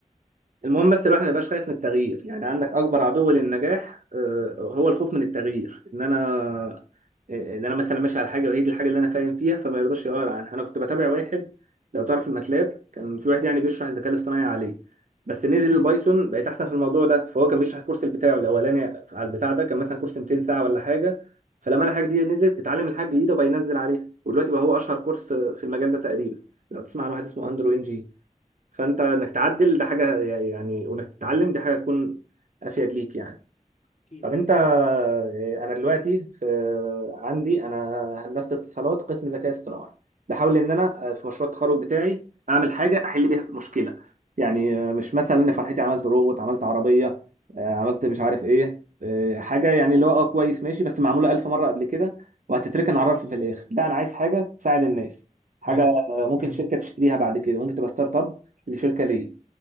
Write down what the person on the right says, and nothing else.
المهم بس الواحد ما يبقاش خايف من التغيير يعني عندك اكبر عدو للنجاح آه، هو الخوف من التغيير ان انا ان انا مثلا ماشي على حاجه وهي دي الحاجه اللي انا فاهم فيها فما يرضاش يغير عنها انا كنت بتابع واحد لو تعرف الماتلاب كان في واحد يعني بيشرح الذكاء الاصطناعي عليه بس نزل البايثون بقيت احسن في الموضوع ده فهو كان بيشرح الكورس بتاعه الاولاني على البتاع ده كان مثلا كورس 200 ساعه ولا حاجه فلما الحاجه دي نزلت اتعلم الحاجه الجديده وبقى ينزل عليها ودلوقتي بقى هو اشهر كورس في المجال ده تقريبا لو تسمع عن واحد اسمه اندرو ان جي فانت انك تعدل ده حاجه يعني وانك تتعلم دي حاجه تكون افيد ليك يعني
طب انت آه، انا دلوقتي في عندي انا هندسه اتصالات قسم ذكاء اصطناعي بحاول ان انا آه، في مشروع التخرج بتاعي اعمل حاجه احل بيها مشكله يعني آه، مش مثلا ان فرحتي عملت روبوت عملت عربيه آه، عملت مش عارف ايه آه، حاجه يعني اللي هو اه كويس ماشي بس معموله الف مره قبل كده وهتتركن على الرف في الاخر لا انا عايز حاجه تساعد الناس حاجه
آه، ممكن
شركه تشتريها بعد كده ممكن تبقى ستارت اب لشركه ليا